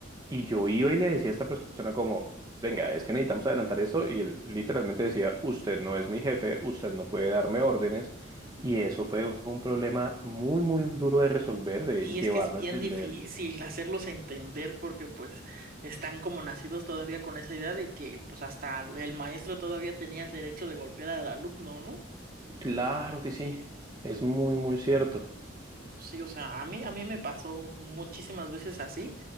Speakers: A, on the right; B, on the right.
A: Y yo iba y le decía a esta persona como, venga, es que necesitamos adelantar esto y él literalmente decía, usted no es mi jefe, usted no puede darme órdenes. Y eso fue un problema muy, muy duro de resolver, de
B: Y
A: llevarlo
B: es que es bien
A: a entender.
B: difícil hacerlos entender porque pues están como nacidos todavía con esa idea de que pues hasta el maestro todavía tenía el derecho de golpear al alumno, ¿no?
A: Claro que sí, es muy, muy cierto.
B: Sí, o sea, a mí, a mí me pasó muchísimas veces así